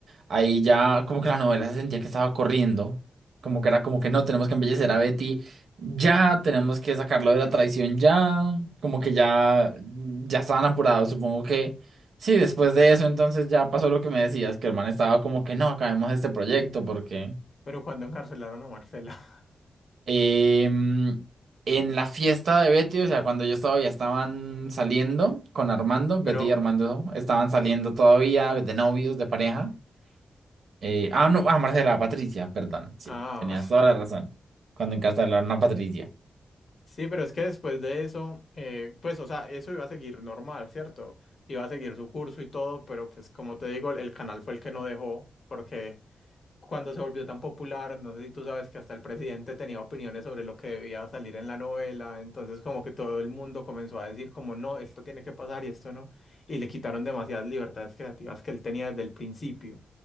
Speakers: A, on the right; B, on the left.
A: ahí ya como que la novela se sentía que estaba corriendo, como que era como que no, tenemos que embellecer a Betty ya tenemos que sacarlo de la traición ya, como que ya, ya estaban apurados, supongo que sí, después de eso entonces ya pasó lo que me decías, que el man estaba como que no, acabemos este proyecto porque
B: Pero cuando encarcelaron a Marcela. <laughs>
A: em, en la fiesta de Betty, o sea, cuando yo estaba ya estaban saliendo con Armando, Betty
B: Pero,
A: y Armando estaban saliendo todavía de novios, de pareja. eh, ah, no, ah, Marcela, Patricia, perdón, sí,
B: ah,
A: tenías toda la razón, cuando encarcelaron a Patricia.
B: Sí, pero es que después de eso, eh, pues, o sea, eso iba a seguir normal, ¿cierto? Iba a seguir su curso y todo, pero pues como te digo, el el canal fue el que no dejó, porque cuando se volvió tan popular, no sé si tú sabes que hasta el presidente tenía opiniones sobre lo que debía salir en la novela, entonces como que todo el mundo comenzó a decir como, no, esto tiene que pasar y esto no, y le quitaron demasiadas libertades creativas que él tenía desde el principio.